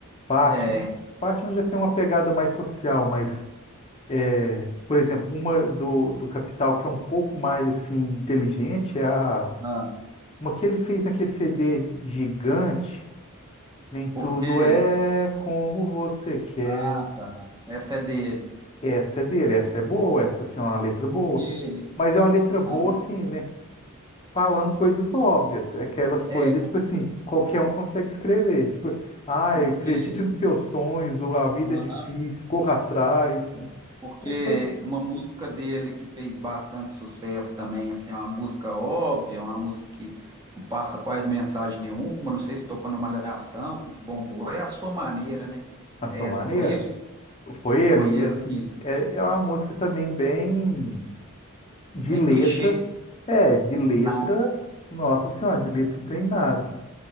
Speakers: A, on the left; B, on the right.
A: Fátima.
B: é.
A: Fátima já tem uma pegada mais social, mas, é, por exemplo, uma do, do Capital que é um pouco mais, assim, inteligente é a.
B: Ah,
A: Uma que ele fez naquele CD gigante, Nem Tudo
B: porque.
A: É Como Você Quer.
B: Ah, tá. Essa é dele.
A: essa é dele, essa é boa, essa assim, é uma letra boa,
B: Porque.
A: mas é uma letra boa
B: as-
A: assim, né? Falando coisas óbvias, aquelas coisas,
B: É, por-
A: tipo assim, qualquer
B: por-
A: um consegue escrever, tipo, ah,
B: porque.
A: acredite nos seus sonhos, ou a vida
B: aham,
A: é difícil, corra atrás,
B: porque
A: é coisa,
B: uma música dele que fez bastante sucesso também, assim, é uma música óbvia, é uma música que não passa quase mensagem nenhuma, não sei se tocou na Malhação, que bombou, é a sua maneira, né?
A: na sua
B: É,
A: maneira.
B: foi ele,
A: Foi ele,
B: foi ele
A: e assim,
B: que.
A: é, é uma música também bem de
B: Bem
A: letra,
B: clichê,
A: é, de letra,
B: nada,
A: nossa senhora, de letra não tem nada.